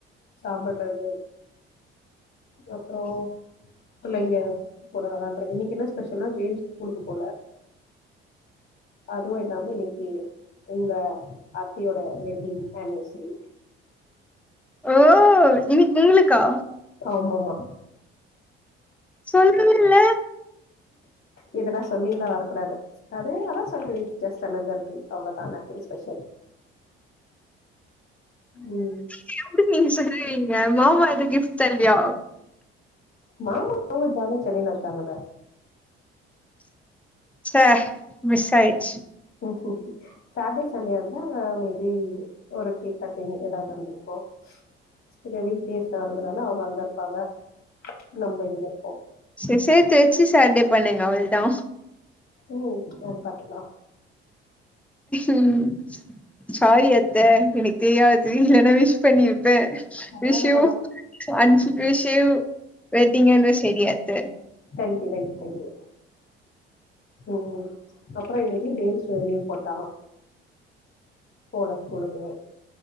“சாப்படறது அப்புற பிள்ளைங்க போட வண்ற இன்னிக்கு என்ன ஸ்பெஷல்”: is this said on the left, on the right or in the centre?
Left